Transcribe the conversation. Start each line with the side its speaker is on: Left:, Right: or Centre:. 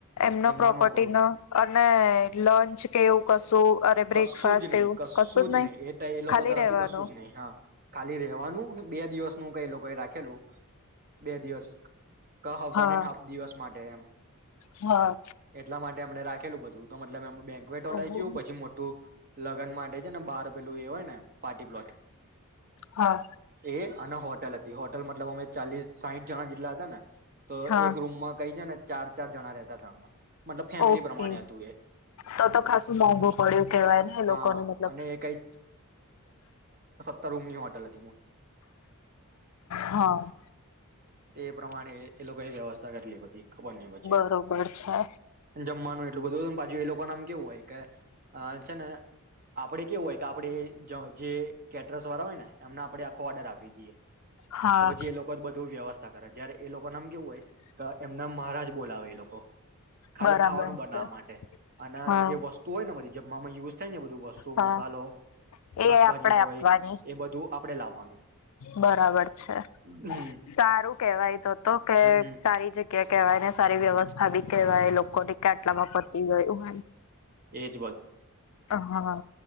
Left: એમનો
Right: જમવાનું
Left: પ્રોપર્ટી
Right: આપડું
Left: ન અને લંચ કેવું કશું અરે બ્રેકફાસ્ટ
Right: કશું જ નહી
Left: કેવું કશું જ નહી
Right: એ એ લોકો
Left: ખાલી
Right: તરફથી
Left: રહેવાનું.
Right: કશું જ નહી હા ખાલી રેવાનું બે દિવસનું કઈ લોકો એ રાખેલું બે દિવસ ક હ વન
Left: હા
Right: એન્ડ હાફ દિવસ માટે એમ.
Left: હા
Right: એટલા માટે એમણે રાખ ખેલું બધું તો મતલબ એમ બેન્કવેટ હોલ
Left: ઓહો
Right: આઈ ગયું પછી મોટું લગન માટે છે ને બાર પેલું એ હોય ને પાર્ટી પ્લોટ
Left: હા
Right: એ અને હોટલ હતી હોટલ મતલબ ઓમે ચાલીસ સાહીઠ જણા જેટલા હતા ને તો
Left: હા
Right: એક રૂમમાં કઈ છે ને ચાર ચાર જણા રે તાતા અમે. મતલબ ફેમિલી
Left: ઓકે
Right: પ્રમાણે હતું એ
Left: તો તો ખાસું મોંઘુ પડ્યું કેવાય ને એ લોકોને
Right: હા
Left: મતલબ.
Right: અને એ તર રૂમની હોટલ હ
Left: હ.
Right: એ પ્રમાણે એ લોકોએ વ્યવસ્થા કરી બધી. ખબર નહ પછી
Left: બરોબર
Right: હવે
Left: છે.
Right: જમવાનું એટલું બધું તું ને પાછું એ લોકો નામ કેવું હોય કે છે ને આપડે કેવું હોય કે આપણે જે કેટર્સ વાળા હોય ને એમને આપડે આખો ઓર્ડર આપી દઈએ.
Left: હા
Right: તો પછી એ લોકો જ બધું વ્યવસ્થ તા કરે જયારે એ લોકો ના એમ કેવું હોય કે એમને મહારાજ બોલાવે એ લોકો ખાલી
Left: બરાબર
Right: ખાવાનું બનાવવા
Left: છે
Right: માટે અને
Left: હા
Right: જે વસ્તુ હોય ને બધી જમવામાં યુઝ થઈ ને બધું વસ્તુ
Left: હા
Right: મસાલો
Left: એ
Right: શાકભાજી
Left: આપડે
Right: હોય
Left: આપવાની
Right: એ બધું આપડે લાવાનુ.
Left: બરાબર છે
Right: હમ
Left: સારું કેવાય તો તો કે
Right: હમ
Left: સારી જગ્યા કેવાય ને સારી વ્યવસ્થા બી કહેવાય લો કોની કે આટલામાં પતી ગયું હ
Right: એ
Left: હા